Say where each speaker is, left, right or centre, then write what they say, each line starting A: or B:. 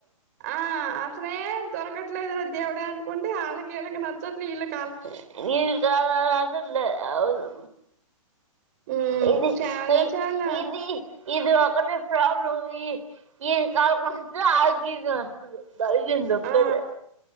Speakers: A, on the right; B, on the right.
A: ఆ అసలే దొరకట్లేదు రా దేవుడ అనుకుంటే, వాళ్ళకిళ్ళకి నచ్చదు, ఇళ్ళకి
B: నీది త్యకాల అదలే అవును
A: మ్మ్
B: ఇది
A: చాలా
B: ఏయ్
A: చాలా
B: ఇది ఇది ఒకటే ప్రాబ్లమ్ ఈ కల్ నచ్చదు, ఆళ్ళ కీళ్లకి జరిగింది ఒకటోదే
A: ఆ